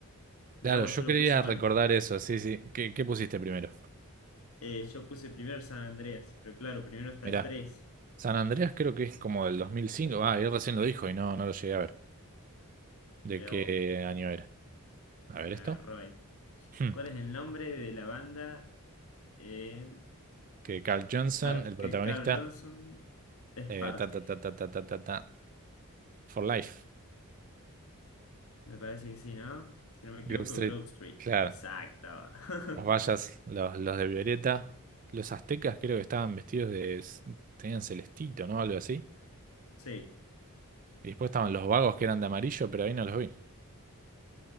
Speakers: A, on the left (about 65°); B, on the right (about 35°).
A: Mirá
B: Claro,
A: vos,
B: yo
A: yo
B: quería
A: lo puse mal.
B: recordar eso, sí, sí. ¿Qué, qué pusiste primero?
A: Eh, yo puse primero San Andreas, pero claro, primero está
B: Mirá,
A: el tres
B: San Andreas creo que es como del 2005. Ah, él recién lo dijo y no, no lo llegué a ver. ¿De
A: Mirá
B: qué
A: vos, eh,
B: año era? A ver
A: me
B: esto.
A: agarró ahí.
B: Hmm,
A: ¿Cuál es el nombre de la banda eh,
B: Que Carl Johnson,
A: ah,
B: el protagonista,
A: que Carl Johnson es
B: eh,
A: parte?
B: ta, ta, ta, ta, ta, ta, ta, ta, For Life,
A: Me parece que sí, ¿no? Si no me equivoco,
B: Grove Street.
A: Grove Street.
B: Claro.
A: Exacto. <laughs>
B: Los mayas, los, los de Violeta. Los aztecas creo que estaban vestidos de... s- Tenían celestito, ¿no? Algo así.
A: Sí,
B: Y después estaban los vagos que eran de amarillo, pero ahí no los vi.